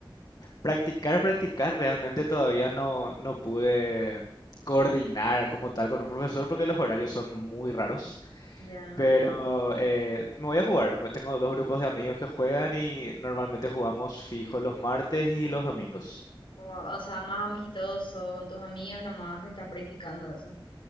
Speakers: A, on the left; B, on the left.
A: Practicar, practicar, realmente todavía no, no pude coordinar como tal con un profesor porque los horarios son muy raros.
B: Ya.
A: Pero eh, me voy a jugar. Me- Tengo dos grupos de amigos que juegan y normalmente jugamos fijo los martes y los domingos.
B: O, o sea, más amistoso, con tus amigos nomás estás practicando eso.